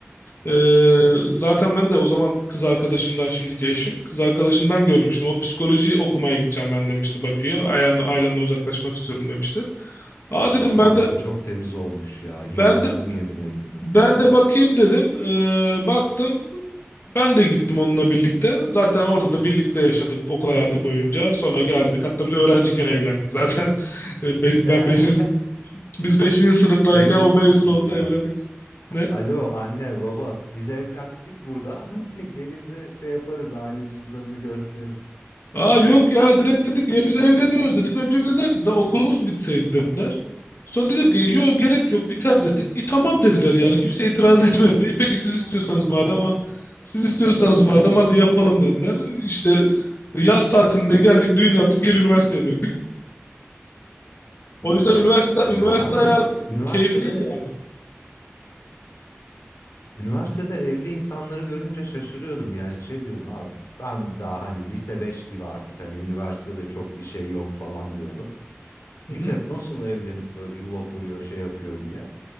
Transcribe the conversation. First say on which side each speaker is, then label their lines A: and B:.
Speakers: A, on the left; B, on the left.
A: Ee, zaten ben de o zaman kız arkadaşımdan şimdiki eşim kız arkadaşımdan görmüştüm. O psikoloji okumaya gideceğim ben demişti Bakü'ye. Ailemden, ailemden uzaklaşmak istiyorum demişti. Aa
B: Oo
A: dedim
B: sizinki
A: ben de
B: çok temiz olmuş ya. İmrendim
A: ben de
B: yemin ediyorum.
A: ben
B: <laughs>
A: de bakayım dedim. Ee, baktım. Ben de gittim onunla birlikte. Zaten orada da birlikte yaşadık okul hayatı boyunca. Sonra geldik. Hatta biz öğrenciyken evlendik zaten. <laughs> Ee, be-
B: Ne?
A: Ben beşinci, biz beşinci sınıftayken
B: Şey oldu
A: o mezun
B: mu sizde?
A: oldu, evlendik. Ne?
B: Alo anne baba biz evlendik burada. <laughs> Gelince şey yaparız aile cüzdanını gösteririz.
A: Aa yok ya direkt dedik ya biz evleniyoruz dedik. Önce bir dediler ki daha okulunuz bitseydi dediler. Sonra dedik ki yok gerek yok biter dedik. E tamam dediler yani kimse itiraz <laughs> etmedi. E peki siz istiyorsanız
B: Çok
A: madem
B: iyi ya.
A: ama siz istiyorsanız madem hadi yapalım dediler. İşte yaz tatilinde geldik düğün yaptık geri üniversiteye döndük.
B: Maşallah.
A: O yüzden üniversite üniversite
B: Ben
A: hayatı
B: de üniversitede
A: keyifliydi yani.
B: üniversitede evli insanları görünce şaşırıyordum. Yani şey diyordum abi ben daha hani lise 5 gibi artık hani üniversitede çok bir şey yok falan diyordum.
A: Hı
B: Millet
A: hı.
B: nasıl evlenip böyle yuva kuruyor şey yapıyor diye.